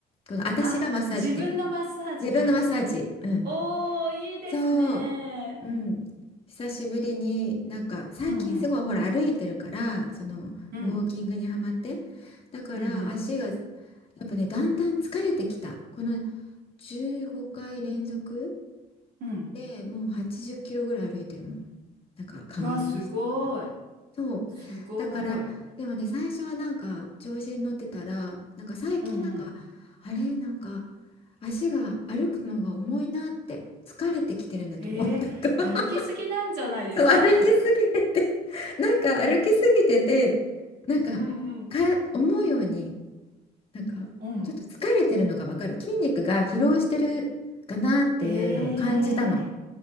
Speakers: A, on the left (about 35°); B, on the right (about 70°).
A: この私がマッサージね。
B: あ、自分のマッサージか。
A: 自分のマッサージ。うん。
B: おー、いいですね。
A: そう。うん。久しぶりになんか最近すごいほら歩いてるからそのウォーキングにはまって
B: うんうん。うん。
A: だから足がや
B: うんう
A: っぱねだんだん疲れてきたこの15回連続
B: ん。うん。
A: で、もう80キロぐらい歩いてるもん。なんかカウントしてたら。
B: うわ、すごい。
A: そう。
B: すごい。
A: だから、でもね、最初はなんか調子に乗ってたら、なんか最近なんか、
B: うんうん。
A: あれ、なんか足が歩くのが重いなって、疲れてきてるんだと思う。
B: へえ、
A: <laughs> なんか
B: 歩きすぎなんじゃないですか
A: <laughs> そう、歩きすぎてて、
B: <laughs>
A: なんか歩きすぎてて、なんか、
B: うんうん。
A: から思うように、なんか、
B: うん。
A: ちょっと疲れてるのがわかる。筋肉が疲労してるかなっていうのを感じたの。
B: へえ。